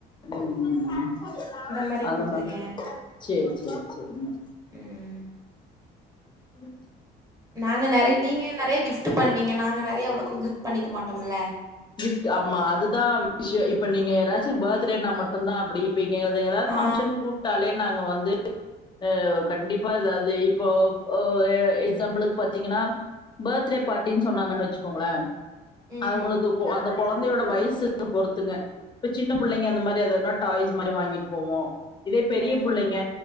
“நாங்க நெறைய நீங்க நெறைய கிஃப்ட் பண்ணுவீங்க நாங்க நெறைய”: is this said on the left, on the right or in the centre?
Right